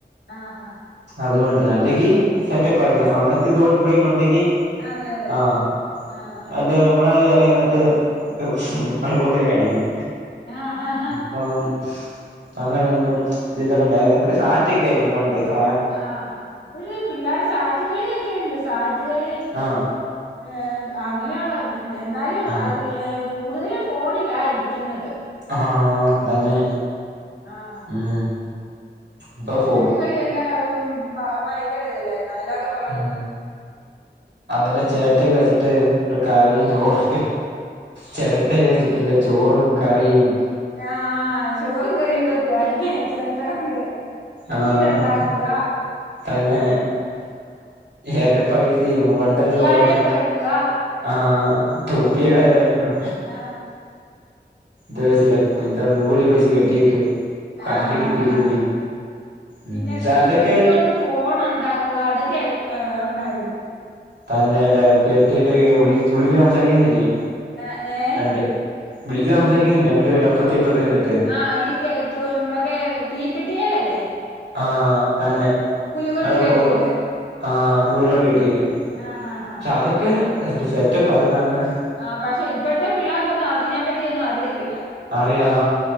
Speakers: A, on the left; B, on the right.
A: ആഹ് ആഹ്.
B: അത് കൊണ്ട് അല്ലെങ്കിൽ സെറ്റപ്പ് ആയിരുന്നു അന്നത്തെ തോൽ ഇപ്പഴേക്കെ ഒണ്ടെങ്കി
A: അതെ അതെ
B: ആഹ്
A: ആ
B: അല്ല നമ്മള എറങ്ങി നിന്നിട്ട്. <unintelligible>
A: ഉം
B: കളിക്കും
A: ആഹാ
B: ഇപ്പം. അപ്പ അങ്ങനെ ഒന്നും
A: ആ
B: ഇതില് ഒക്കെ ഒണ്ടായിരുന്നു സാറ്റക്കെ ആയിരുന്നു പണ്ട് സ
A: ആഹ ഇപ്പഴ് പിള്ളേര് സാറ്റ് കളി എക്കെ എണ്ട് സാറ്റ്കളി.
B: ആഹ്
A: ഏ അങ്ങനെ ഒള്ള പിന്നെ എന്നാലും
B: ആഹ്
A: അത് ഏ കൂടുതല് ഫോണിലാ ഇരിക്ക്ന്നത്.
B: ആഹ തന്നെ
A: ആഹ്
B: ഉം ഇപ്പ ഫോ
A: ഇപ്പയ്യ് എല്ലാം ഭ ഭയങ്കര ഇത് അല്ലായിരുന്നോ അയലൊക്കം.
B: ഉം അതല്ലേ ചേട്ടേ വെച്ചിട്ട് ഒരു കറിയും
A: ഏഹ്
B: ചോറ്. ചെരട്ട വെച്ചിട്ട് ഒള്ള ചോറും കറിയും.
A: ആഹ് ചോറും കറിയും വെക്ക് ചെരട്ട കൊണ്ട്. വീട്
B: ആഹ്
A: ണ്ടാക്കുക.
B: തന്നെ. എല പൈസയും പണ്ടത്തെ
A: പുഴിയാനെ
B: ഓർക്കും
A: പെറുക്കുക
B: ആഹ് തോബിടെ എലയിര്ന്നു.
A: ആഹ്
B: ഇതുവാ ചെലപ്പ എന്താണ് നൂല് വെച്ച് കെട്ടിയിട്ട്.
A: ആഹ്
B: കല്ലിടിപ്പിക്കുന്നേ
A: ആഹ് ആഹ് ആഹ് പിന്നെ
B: ഉം
A: തീപ്പെട്ടി
B: അതക്കെ.
A: കൊണ്ട് ഫോൺ ഇണ്ടാക്കുക അതൊക്കെ ഉണ്ടായിരുന്നു.
B: തന്നെലേ കെട്ടിയിട്ട് വി വിളിച്ചു വിളിച്ച് സംസാരിക്കുന്നില്ലേ.
A: ആ ഏ
B: രണ്ട് വിളിച്ച് സംസാരിക്കുന്നില്ലെ. രണ്ട് പേരും അപ്പറ്ത്തും ഇപ്പറ്ത്തും <unintelligible>
A: ആഹ് ഈ കേ മറ്റെ തീപ്പെട്ട്യേലെല്ലെ.
B: ആഹ് തന്നെ.
A: കൊണ്ട്
B: അത് ഒരു
A: കെട്ടിയിട്ട്
B: ഹോൾ ആ നൂലോണ്ട് കെട്ടിയിട്ട്.
A: ആഹ് ആഹ ആഹ്
B: തതൊക്കെ ഇന്റെ സെറ്റപ്പ് ആയിരുന്നു അന്ന്.
A: ആ പക്ഷെ ഇപ്പഴത്തെ പിള്ളേർക്ക് ഒന്നും അതിനെ പറ്റി ഒന്നും അറിയത്തില്ല.
B: അറിയ ആ